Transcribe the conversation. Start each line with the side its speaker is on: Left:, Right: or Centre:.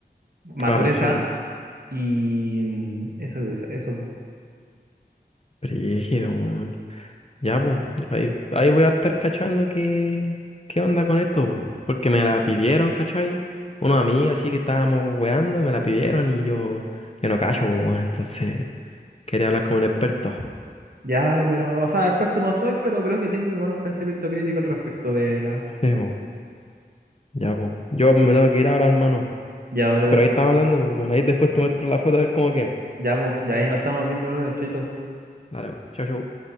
Right: más
Left: Claro,
Right: dureza
Left: sí, pues.
Right: y mm, eso, es- eso. po.
Left: Brígido, po. Ya, pues, ahí, ahí voy a estar cachando qué, qué onda con esto, po, porque me la pidieron, ¿cachai? Unos amigos así que estábamos weando, me la pidieron y yo, yo no cacho, po, weón, entonces quería hablar con un experto. <laughs>
Right: Ya, pero, o sea, experto no soy, pero creo que tengo igual un pensamiento crítico al respecto de la...
Left: Sí, po, ya, pues. Yo me tengo que ir ahora, hermano.
Right: Ya, brother,
Left: Pero ahí estamos hablando, pues, ahí después te muestro la foto a ver cómo queda.
Right: ya, pues, ya ahí nos estamos viendo, brother, chaito.
Left: Dale, pues, chau, chau.